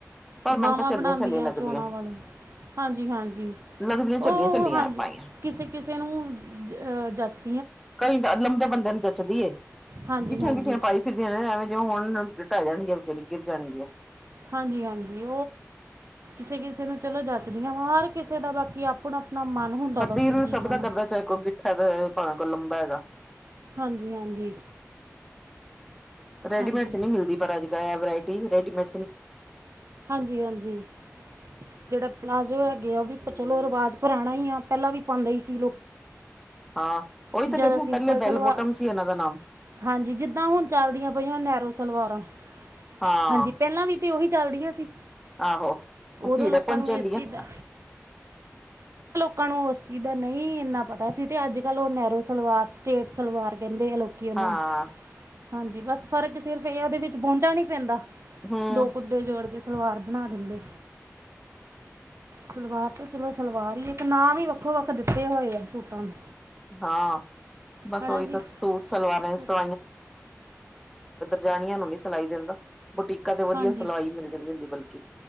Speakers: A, in the centre; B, on the right.
A: ਪਰ
B: ਤੇ
A: ਮੈਨੂੰ
B: ਬਾਹਵਾਂ
A: ਤਾਂ ਚੱਲੀਆਂ
B: ਬਣਾਉਂਦੀਆਂ
A: ਚੱਲੀਆਂ ਲੱਗਦੀਆਂ
B: ਚੋਣਾਂ ਵਾਲੇ ਹਾਂਜੀ- ਹਾਂਜੀ
A: ਲੱਗਦੀਆਂ
B: ਉਹ
A: ਚੱਲੀਆਂ ਚੱਲੀਆਂ
B: ਹਾਂਜੀ
A: ਪਾਈਆਂ
B: ਕਿਸੇ ਕਿਸੇ ਨੂੰਹ ਜਚਦੀ
A: ਕਈ ਤਾਂ ਲੰਬੇ ਬੰਦੇ ਨੂੰ ਜਚਦੀ ਏ
B: ਹਾਂਜੀ
A: ਗਿਠੀਆਂ-
B: ਹਾਂਜੀ
A: ਗਿਠੀਆਂ ਪਾਈ ਫਿਰਦੀਆਂ ਐਵੇ ਹੁਣ ਟੈਜਾਣਗੀਆਂ ਵਿਚਾਰੀ ਗਿਰ ਜਾਣਗੀਆਂ
B: ਹਾਂਜੀ ਹਾਂਜੀ ਸੀ ਕਿਸੇ ਨੂੰ ਚਲੋ ਜੱਚਦੀਆਂ ਮਾਰ ਕਿਸੇ ਦਾ ਬਾਕੀ ਆਪਣਾ ਆਪਣਾ ਮਨ ਹੁੰਦਾ
A: ਕਦੀ
B: ਵਾ ਕਿ
A: ਨਹੀਂ
B: ਕੀ
A: ਸਭ
B: ਪਾਉਣਾ
A: ਦਾ ਕਰਦਾ ਚਾਹੇ ਕੋਈ ਲੰਬਾ
B: ਹਾਂਜੀ ਹਾਂਜੀ
A: ਰੈਡੀਮੇਟ
B: ਹਾਂਜੀ
A: ਚ ਨਹੀਂ ਮਿਲਦੀ ਪਰ ਅੱਜ ਗਾਇਆ ਵਰਾਇਟੀ ਰੈਡੀਮੇ
B: ਹਾਂਜੀ ਹਾਂਜੀ ਜਿਹੜਾ ਪਲਾਜ਼ੋ ਹੈਗੇ ਆ ਉਹ ਵੀ ਸੋ ਚਲੋ ਰਿਵਾਜ਼ ਪੁਰਾਣਾ ਹੀ ਆ ਪਹਿਲਾਂ ਵੀ ਪਾਉਂਦੇ ਹੀ ਸੀ
A: ਹਾਂ ਉਹੀ ਤਾਂ
B: ਜ਼ਿਆਦਾ
A: ਕਹਿਦੀ
B: ਸਿੰਪਲ
A: ਪਹਿਲੇ
B: ਸਲਵਾਰ
A: ਬੈੱਲ ਬੋਟਮ ਸੀ ਇਹਨਾਂ ਦਾ ਨਾਮ
B: ਹਾਂਜੀ ਜਿੱਦਾਂ ਹੁਣ ਚੱਲਦੀਆਂ ਪਈਆਂ ਨੈਰੋ ਸਲਵਾਰ
A: ਹਾਂ
B: ਹਾਂਜੀ ਪਹਿਲਾਂ ਵੀ ਤੇ ਉਹੀ ਚੱਲਦੀਆਂ ਸੀ
A: ਆਹੋ
B: ਉਦੋਂ
A: ਭੀੜ
B: ਲੋਕਾਂ
A: ਪਹੁੰਚ
B: ਨੂੰ
A: ਚੱਲੀ
B: ਇਸ ਚੀਜ਼
A: ਆ
B: ਦਾ ਕਣੋ ਉਸ ਚੀਜ਼ ਦਾ ਨਹੀਂ ਇਨਾ ਪਤਾ ਸੀ ਤੇ ਅੱਜ ਕੱਲ ਉਹ ਨੈਰੋ ਸਲਵਾਰ ਸਟੇਟ ਸਲਵਾਰ ਕੇ ਦੇਖ ਲੋਕੀ ਉਹਨਾਂ
A: ਹਾਂ
B: ਨੂੰ ਹਾਂਜੀ ਬਸ ਫਰਕ ਸਿਰਫ ਇਹ ਆ ਦੇ ਵਿੱਚ ਪਹੁੰਚਾ ਨਹੀਂ ਪੈਂਦਾ
A: ਹੂੰ
B: ਦੋ ਕੁੱਤੇ ਜੋੜ ਕੇ ਸਲਵਾਰ ਬਣਾ ਦਿੰਦੇ ਸਲਵਾਰ ਤੇ ਚਲੋ ਸਲਵਾਰ ਹੀ ਇੱਕ ਨਾਂ ਵੀ ਵੱਖੋ ਵੱਖ ਦਿੱਤੇ ਹੋਏ ਆ ਸੂਟਾਂ ਨੂੰ
A: ਹਾਂ ਬਸ
B: ਹੈ ਨਾ
A: ਉਹੀ
B: ਜੀ
A: ਤਾਂ ਸੂਟ ਸਲਵਾਣਾ ਇਧਰ
B: ਸੂ
A: ਜਾਣੀਆਂ ਨੂੰ ਨਹੀਂ ਸਲਾਈ ਦਿੰਦਾ ਉਹ ਟੀਕਾ ਤੇ ਵਧੀਆ
B: ਹਾਂਜੀ
A: ਸਿਲਾਈ ਮਿਲ ਜਾਂਦੀ ਬਲਕਿ